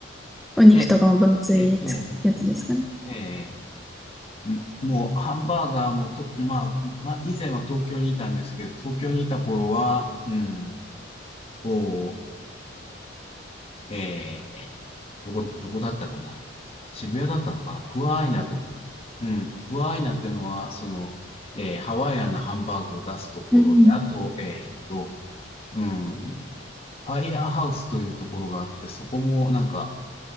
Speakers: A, in the centre; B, on the left.
A: お肉とかも分厚いやつですかね。
B: ええ、ええ、ええ、ええ。うんもう、ハンバーガーもと、まあ、まあ、以前は東京にいたんですけど、東京にいた頃は、うん、こう、ええどこ、どこだったかな。渋谷だったのかな。クワアイナと、うん。クワアイナってのは、その、えーハワイアンなハンバーグを出すところで、
A: うん。
B: あと、えーっと、うん、ファイヤーハウスというところがあって、そこもなんか、